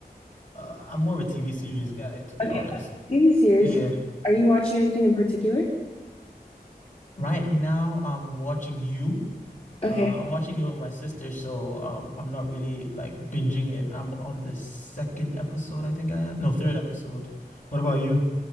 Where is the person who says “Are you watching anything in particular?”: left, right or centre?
Left